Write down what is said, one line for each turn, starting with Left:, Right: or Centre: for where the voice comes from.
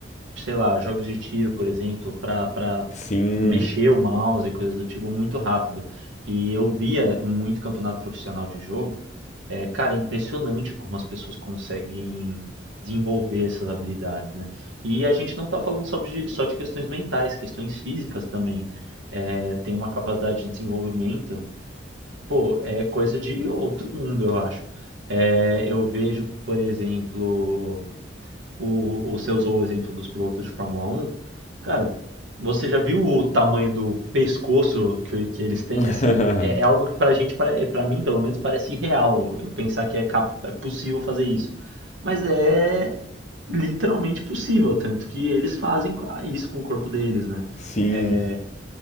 Right: sei lá, jogos de tiro, por exemplo, pra, pra
Left: Sim.
Right: mexer o mouse e coisas do tipo muito rápido. E eu via muito campeonato profissional de jogo. É, cara, é impressionante como as pessoas conseguem desenvolver essas habilidades, né? E a gente não está falando só de, só de questões mentais, questões físicas também. É, tem uma capacidade de desenvolvimento, pô, é coisa de outro mundo, eu acho. É, eu vejo, por exemplo, o, você usou o exemplo dos pilotos de Fórmula 1. Cara, você já viu o tamanho do pescoço que, que eles têm?
Left: <laughs>
Right: Assim, é, é algo que pra gente, pra, pra mim pelo menos, parece irreal. Eu pensar que é, cap- é possível fazer isso. Mas é literalmente possível, tanto que eles fazem isso com o corpo deles, né?
Left: Sim.
Right: É,